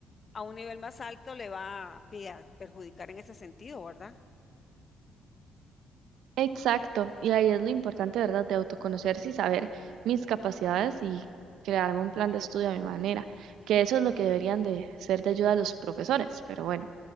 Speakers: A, on the left; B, on the right.
A: a un nivel más alto, le va ve, a perjudicar en ese sentido, ¿verdad?
B: Exacto, y ahí es lo importante, ¿verdad?, de autoconocerse y saber mis capacidades y crearme un plan de estudio a mi manera, que eso es lo que deberían de ser de ayuda a los profesores, pero bueno,